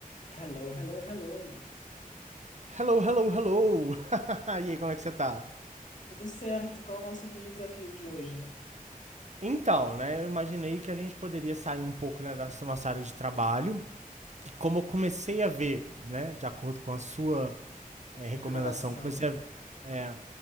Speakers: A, on the left; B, on the right.
A: Hello, hello, hello.
B: Hello, hello, hello! <laughs> e aí, como é que você tá?
A: Tudo certo? Qual é o nosso mini desafio de hoje?
B: Então, né, eu imaginei que a gente poderia sair um pouco né, da nossa área de trabalho. E como eu comecei a ver, né, de acordo com a sua eh, recomendação,
A: Recomendação.
B: comecei a, é,